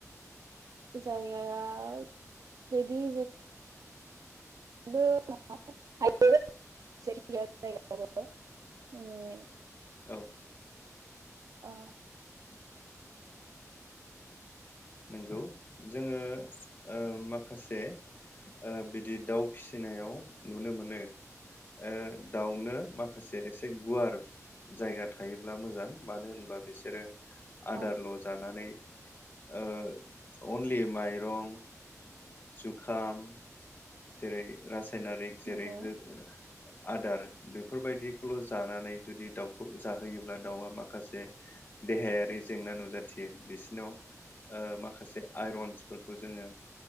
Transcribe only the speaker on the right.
जायगाया बिदि <unintelligible>
ओ
औ
नंगौ